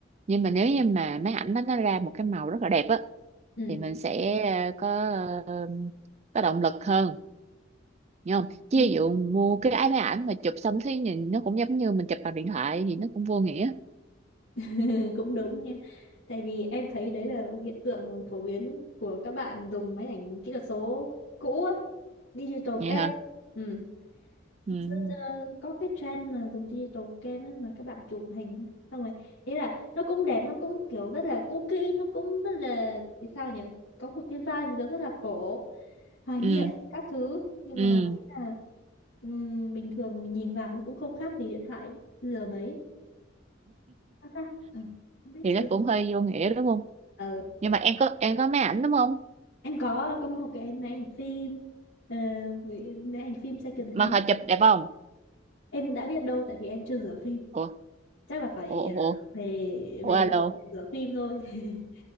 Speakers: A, on the right; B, on the left.
A: nhưng mà nếu như mà máy ảnh nó nó ra một cái màu rất là đẹp á
B: ừ,
A: thì mình sẽ ờ, có ờ, có động lực hơn hiểu không
B: ừ.
A: chứ ví dụ mua cái ái máy ảnh mà chụp xong thấy nhìn nó cũng giống như mình chụp bằng điện thoại thì nó cũng vô nghĩa
B: <laughs> Cũng đúng nha. Tại vì em thấy đấy là hiện tượng phổ biến của các bạn dùng máy ảnh kỹ thuật số cũ á, digital
A: vậy
B: cam.
A: hả
B: Ừ.
A: ừ
B: Xưa giờ có cái trend mà dùng digital cam ấy, mà các bạn chụp hình á. xong rồi ý là nó cũng đẹp nó cũng kiểu rất là cookie nó cũng rất là thì sao nhỉ có một cái vibe gì đó rất là cổ hoài
A: ừ
B: niệm các thứ nhưng
A: ừ
B: mà ý là ừm, bình thường mình nhìn vào nó cũng không khác gì điện thoại giờ mấy sao ta Ờ, không biết
A: thì
B: chị
A: nó
B: có thử.
A: cũng hơi vô nghĩa đúng không
B: ờ
A: nhưng mà em có em có máy ảnh đúng không
B: em có em có một cái máy ảnh phim ờ, máy ảnh phim second
A: mà
B: hand
A: họ chụp đẹp không
B: em đã biết đâu tại vì em chưa rửa phim
A: ủa
B: chắc là phải
A: ủa ủa
B: ờ, về
A: ủa
B: về
A: alo
B: nước để rửa phim thôi <laughs>